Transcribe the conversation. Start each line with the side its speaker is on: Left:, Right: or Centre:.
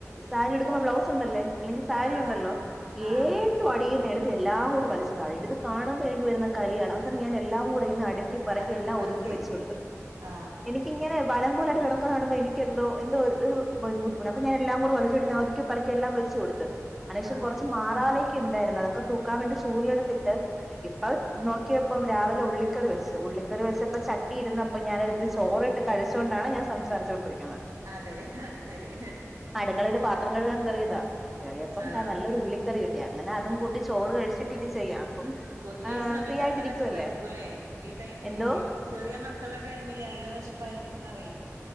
Centre: സാരി ട്ക്കുമ്പോ ബ്ലൗസുണ്ടല്ലേ ല്ലെങ്കി സാരി
Right: ആഹ്
Centre: ഉണ്ടല്ലോ
Right: ആഹ്
Centre: ഏ
Right: ആഹ്
Centre: റ്റുയടീന്നെട്ത്ത് എല്ലാം കൂടെ വലിച്ച് തായേകിടും, ഇത് കാണുമ്പൊനിക്ക് വരുന്ന കലിയാണ് അവസാനം ഞാൻ എല്ലാം കൂടെന്ന് അടിക്ക് ക്കി പെറുക്യല്ലാം
Right: അടുക്കിപ്പെറുക്കി
Centre: ഒതുക്കി വെച്ച്യൊടത്.
Right: ആഹ്
Centre: എനിക്കിങ്ങനെ വലങ്കൊലായ്ട്ട് കെട ക്ക്ണ കാണുമ്പം എനിക്കെന്തൊ എന്തൊര് ഒരു ബുദ്ധിമുട്ട് അപ്പ ഞാന് എല്ലാം കൂട് വലിച്ചൊട്ങ്ങി ഒതുക്കി പെർക്കി എല്ലാം വെച്ചൊട്ത്ത് അനേഷൻ
Right: ആഹ്
Centre: കൊറച്ചും മാറാലേക്കണ്ടാര്ന്നു അതൊക്കെ തൂക്കാൻ വേണ്ടി ചൂലെട്ത്തിട്ട് ഇപ്പ നോക്കിയപ്പം രാവിലെ ഉള്ളിക്കറി വെച്ച് ഉള്ളിക്കറി വെച്ചപ്പൊ ചട്ടി ഇരുന്ന അപ്പൊ ഞാനെട്ത്ത് ചോറിട്ട് കഴിച്ചൊണ്ടാണ് ഞാൻ സംസാരിച്ചൊണ്ടിര്ക്ക്ണെ.
Right: അതെ ആയ് ശരി.
Centre: അടക്കളേല് പാത്രം കഴുകാൻ കേറിയതാ, കേറിയപ്പം
Right: ആഹ്
Centre: താ നല്ലൊരു ഉള്ളി കറി ക് യ അങ്ങനെ അതും കൂട്ടി ചോറ് കഴിച്ചിട്ട് ഇനി ചെയ്യാം അപ്പം
Right: പൊതുവേ ഈ സമയത്ത്
Centre: ഫ്രീ
Right: നല്ല
Centre: ആയിട്ടിരിക്കുവല്ലേ
Right: വെശപ്പായിരിക്കൂല്ലേ ഈ ടൈമില്
Centre: എന്തോ
Right: ഈ ചെറിയ മക്കളെ ടൈമില് നല്ല വെശപ്പായിരിക്കും എന്നറി